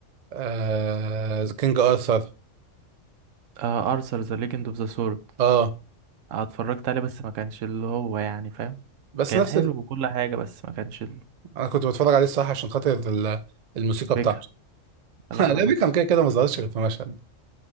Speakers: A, on the right; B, on the right.
A: آه كينج ارثر
B: آه ارثر ذا ليجند اوف ذا سورد
A: اه
B: اتفرجت عليه بس ما كانش اللي هو يعني فاهم
A: بس
B: كان
A: نفس
B: حلو وكل حاجة بس ما كانش ال-
A: انا كنت بتفرج عليه الصراحه عشان خاطر ال- الموسيقى
B: بيكهام
A: بتاعته <laughs>
B: لا
A: انا
B: انا
A: ليبي
B: كنت
A: كان كده كده ما ظهرش غير في مشهد